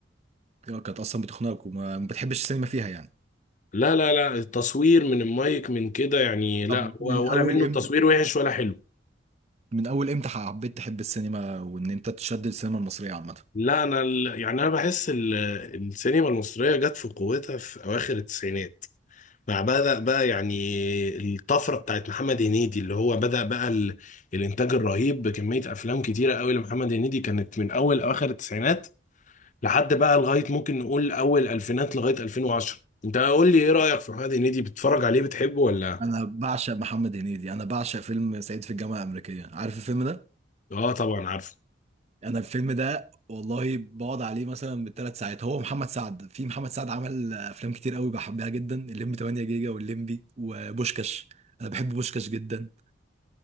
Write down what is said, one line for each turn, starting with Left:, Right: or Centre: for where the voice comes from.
Right: كانت اصلا بتخنقك وما ما بتحبش السينما فيها يعني
Left: لا لا لا التصوير من المايك من كده يعني لا
Right: طب من
Left: هو
Right: اول
Left: ولا منه التصوير
Right: امتى
Left: وحش ولا حلو
Right: من اول امتى حبيت تحب السينما وان انت تشد السينما المصريه عامه
Left: لا انا ال- يعني انا بحس ال- السينما المصريه جت في قوتها في اواخر التسعينات مع بدأ بقى يعني الطفرة بتاعت محمد هنيدي اللي هو بدأ بقى ال... الإنتاج الرهيب بكمية أفلام كتيرة قوي لمحمد هنيدي كانت من أول أواخر التسعينات لحد بقى لغاية ممكن نقول أول ألفينات لغاية 2010 أنت قول لي إيه رأيك في محمد هنيدي بتتفرج عليه بتحبه ولا
Right: انا بعشق محمد هنيدي انا بعشق فيلم صعيدي في الجامعه الامريكيه عارف الفيلم ده
Left: آه طبعا عارفه
Right: انا الفيلم ده والله بقعد عليه مثلا بالثلاث ساعات هو محمد سعد في محمد سعد عمل افلام كتير قوي بحبها جدا الليمبي 8 جيجا والليمبي وبوشكاش انا بحب بوشكاش جدا